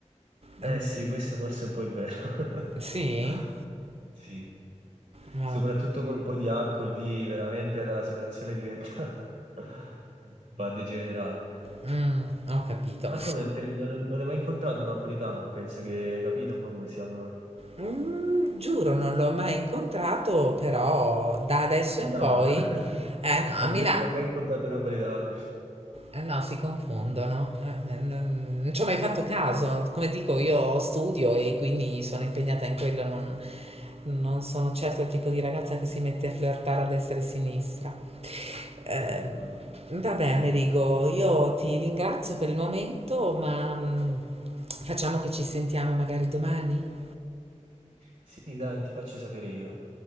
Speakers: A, on the right; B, on the right.
A: Eh
B: Mm,
A: sì, questo forse è un po' è vero. <laughs>
B: Sì?
A: Sì,
B: Vabbè.
A: soprattutto con un po' di alcol lì veramente la situazione diventa... <laughs> va a degenerare.
B: Mm, ho capito.
A: Ma come, te ne- non non hai mai incontrato un napoletano? Penso che hai capito un po' come siamo noi.
B: Mm, giuro, non l'ho mai incontrato, però da adesso
A: A Milano.
B: in poi...
A: <laughs>
B: Eh no, a
A: A Milano
B: Milano,
A: non ho mai incontrato un napoletano.
B: Eh no, si confondono. Eh, eh, non, non ci ho mai fatto caso. Come dico, io studio e quindi sono impegnata in quello. Non, non sono certo il tipo di ragazza che si mette a flirtare a destra e a sinistra. Ehm,
A: Sì, vabbè.
B: vabbè,
A: Sì,
B: Amerigo, io ti ringrazio per il momento, ma mm, facciamo che ci sentiamo magari domani.
A: sì, dai, ti faccio sapere io.